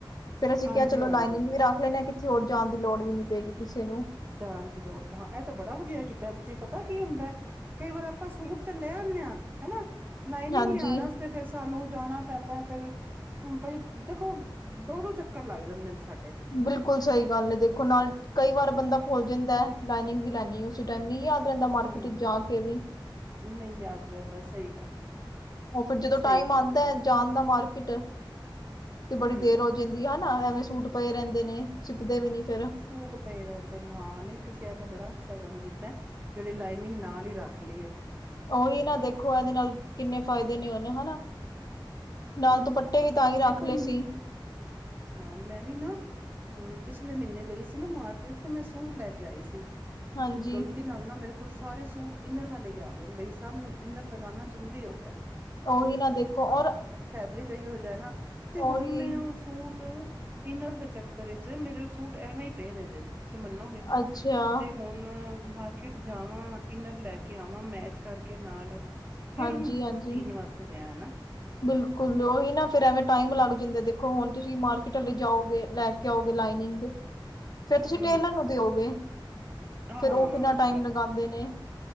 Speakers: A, on the left (about 50°); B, on the right (about 25°).
A: ਫੇਰ ਅਸੀਂ
B: ਹਾਂਜੀ
A: ਕਿਆ ਚਲੋ
B: ਹਾਂਜੀ
A: ਲਾਈਨਿੰਗ ਵੀ ਰੱਖ ਲੈਂਨੇ ਆਂ ਕਿੱਥੇ ਹੋਰ ਜਾਣ ਦੀ ਲੋੜ ਵੀ ਨੀ ਪਏਗੀ ਕਿਸੇ ਨੂੰ।
B: ਜਾਣ ਦੀ ਲੋੜ ਹਾਂ ਐ ਤਾਂ ਬੜਾ ਵਧੀਆ ਕੀਤਾ ਤੁਸੀਂ ਪਤਾ ਕੀ ਹੁੰਦੈ। ਕਈ ਵਾਰ ਆਪਾਂ ਸੂਟ ਤੇ ਲੈ ਆਨੇ ਆਂ ਹਨਾ ਲਾਈਨਿੰਗ
A: ਹਾਂਜੀ।
B: ਲਿਆਣ ਵਾਸਤੇ ਫੇਰ ਸਾਨੂੰ ਜਾਣਾ ਪੈਂਦੈ ਫੇਰ। ਬਈ ਦੇਖੋ ਦੋ-ਦੋ ਚੱਕਰ ਲੱਗ ਜਾਂਦੇ ਨੇ ਸਾਡੇ।
A: ਬਿਲਕੁੱਲ ਸਈ ਗੱਲ ਐ ਦੇਖੋ ਨਾਲ ਕਈ ਵਾਰ ਬੰਦਾ ਭੁੱਲ ਜਾਂਦੈ ਲਾਈਨਿੰਗ ਵੀ ਲੈਣੀ ਉ ਉਸ ਟਾਈਮ ਨਈ ਯਾਦ ਰੈਂਦਾ ਮਾਰਕੀਟ
B: ਹੂੰ
A: ਚ ਜਾ ਕੇ ਵੀ।
B: ਨਹੀਂ ਯਾਦ ਰਹਿੰਦਾ ਸਹੀ ਗੱਲ ਹੈ
A: ਓ ਫਿਰ ਜਦੋਂ
B: ਸਹੀ
A: ਟਾਈਮ
B: ਗੱਲ
A: ਆਂਦੈ
B: ਹੈ
A: ਜਾਣ ਦਾ ਮਾਰਕੀਟ ਤੇ ਬੜੀ
B: ਹੂੰ
A: ਦੇਰ ਹੋ ਜਾ ਜਾਂਦੀ ਹਨਾ ਐਵੇਂ ਸੂਟ ਪਏ ਰੈਂਦੇ ਨੇ ਸਿਪਦੇ ਵੀ ਨੀ ਫੇਰ।
B: ਸੂਟ ਪਏ ਰੈਂਦੇ ਨਾ ਨਈ ਤੁਸੀਂ ਐ ਤਾਂ ਬੜਾ ਅੱਛਾ ਕੰਮ ਕੀਤੈ। ਜੇੜੀ ਲਾਈਨਿੰਗ ਨਾਲ ਈ ਰੱਖ ਲਈ ਐ
A: ਓਹੀ ਨਾ ਦੇਖੋ ਐਦੇ ਨਾਲ ਕਿੰਨੇ ਫਾਇਦੇ ਨੇ ਹੁਣ ਹਨਾ। ਨਾਲ
B: ਹਾਂ
A: ਦੁਪੱਟੇ ਵੀ ਤਾਂ ਈ ਰੱਖ
B: ਦੇਖੋ
A: ਲੇ ਸੀ।
B: ਹਾਂ ਮੈਂ ਵੀ ਨਾ ਹੂੰ ਪਿਛਲੇ ਮੀਨੇ ਗਈ ਸੀ ਨਾ ਮਾਰਕੀਟ ਤੇ ਮੈਂ ਸੂਟ ਲੈ ਕੇ ਆਈ ਸੀ
A: ਹਾਂਜੀ
B: ਤੇ ਗ਼ਲਤੀ ਨਾਲ ਨਾ ਮੇਰੇ ਕੋਲ ਸਾਰੇ ਸੂਟ ਇਨਰ ਵਾਲੇ ਈ ਆ ਗਏ ਨੇ ਬਈ ਸਭ ਨੂੰ ਇਨਰ ਲਗਾਣਾ ਜਰੂਰੀ ਹੋ ਗਿਐ।
A: ਓਹੀ ਨਾ ਦੇਖੋ ਔਰ
B: ਫੈਬਰਿਕ ਏਹਿਓ ਜਾ ਨਾ ਤੇ ਹੁਣ
A: ਉਹੀ
B: ਮੈਂ ਓ ਸੂ ਟ ਇਨਰ ਦੇ ਚੱਕਰ ਵਿੱਚ ਮੇਰੇ ਸੂਟ ਐਵੇਂ ਈ ਪਏ ਦੇ ਜੇ ਤੁਸੀਂ ਮੰਨੋ
A: ਅੱਛਾ
B: ਤੇ ਹੁਣ ਮਾਰਕੀਟ ਜਾਵਾ ਇਨਰ ਲੈ ਕੇ ਆਵਾ ਮੈਚ ਕਰਕੇ ਨਾਲ ਫੇਰ
A: ਹਾਂਜੀ
B: ਉਹਨੂੰ ਸੀਣ
A: ਹਾਂਜੀ
B: ਵਾਸਤੇ ਦਿਆ ਹਨਾ
A: ਬਿਲਕੁਲ ਉਹੀ ਨਾ ਫੇਰ ਐਵੇ ਟਾਈਮ ਲਗ ਜਾਦਾ ਦੇਖੋ ਹੁਣ ਤੁਸੀ ਮਾਰਕੀਟ ਵਾਲੇ ਜਾਓਗੇ ਲੈ ਕੇ ਓਗੇ ਲਾਈਨਿਗ ਫੇਰ ਤੁਸੀ
B: ਹੂੰ
A: ਟੇਲਰ ਨੂੰ ਦਿਓਗੇ
B: ਹਾਂ
A: ਫੇਰ ਉਹ ਕਿਨਾ ਟਾਈਮ ਲਗਾਉਦੇ ਨੇ